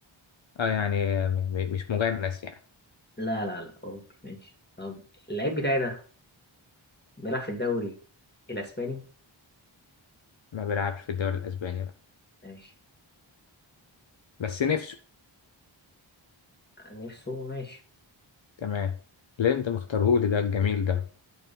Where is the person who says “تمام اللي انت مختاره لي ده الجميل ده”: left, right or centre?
Left